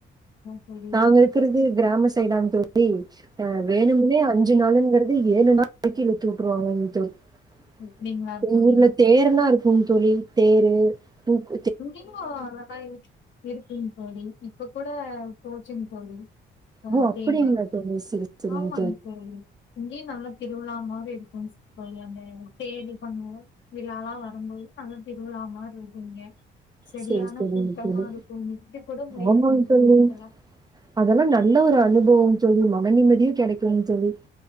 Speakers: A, on the left; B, on the right.
A: தோழி
B: நாங்க இருக்கிறது கிராம சைடா <unintelligible> அஹ் வேணுமுனே அஞ்சு நாளுங்கிறது ஏழு நாள் வரைக்கி இழுத்து விட்ருவாங்க <unintelligible>
A: அப்டிங்களா
B: எங்கூர்ல
A: தோழி
B: தேர்ல்லா இருக் கும் தோழி தேரு பூக்
A: இங்கயு அதெல்லா இருக்குங் தோழி இப்ப கூட போச்சுங் தோழி ஆ
B: ஓ அப்படிங்களா
A: தேரு
B: தோழி சரி சரிங்க
A: ஆமாங் தோழி இங்கயு நல்லா திருவிழா மாரி <unintelligible> பண்ணுவோ விழாலா வரும்போது நல்ல திருவிழா மாரி இருக்கு இங்க செரியான
B: செரி செரிங்க
A: கூட்டமா
B: தோழி
A: நிக்க கூட முடியாது
B: ஆமாங்
A: அந்த
B: தோழி
A: கூட்டத்துல
B: அதெல்லா நல்ல ஒரு அனுபவோ தோழி மனநிம்மதியு கெடைக்குங் தோழி